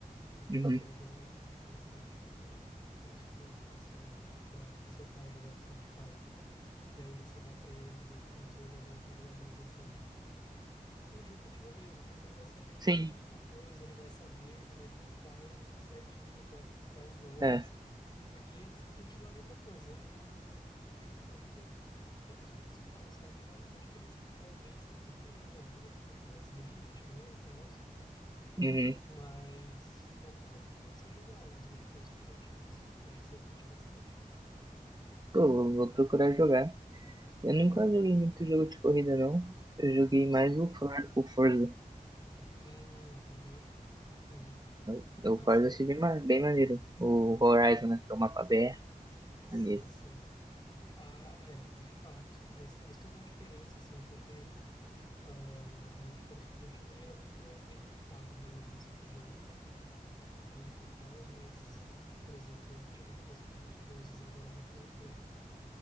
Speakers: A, on the left (about 30°); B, on the right (about 30°).
A: e
B: Uhum.
A: aí pega um Street Fighter antigo, vamos supor, tipo assim, sei lá, seu pai jogava Street Fighter, e aí você dá pra ele o controle agora pra jogar o mais recente. o jogo continua o mesmo, tanto que ele vai saber os
B: Sim,
A: mesmos controles, ele vai saber, ele vai ter o timing certinho para dar os golpes,
B: é.
A: porque continua a mesma coisa. O, o, o jogo de corrida é mais ou menos igual, sabe? A única diferença que talvez tenha é que, bom, agora tem muito mais drift, né, e tal,
B: Uhum.
A: mas, pô, cara, eu recomendo você jogar os Need for Speed antigos, eu acho que você ia curtir bastante.
B: Pô, vou, vou procurar jogar. Eu nunca
A: Uhum,
B: joguei muito jogo de corrida, não. Eu joguei
A: sim.
B: mais o, For, o Forza.
A: Hum, uhum, uhum.
B: O,
A: Ah,
B: o Forza
A: sim.
B: eu achei bem, ma- bem maneiro. O Horizon, né? Que é o mapa aberto,
A: Sim,
B: maneiro.
A: sim. Ah, é, de fato. Nesse caso tem uma diferença, assim, porque ah, o Need for Speed antigo ele era muito mais delimitado, né? Onde você podia ir e, e tal, mas, por exemplo, ele tinha uma coisa que os Forzas agora meio que não tem,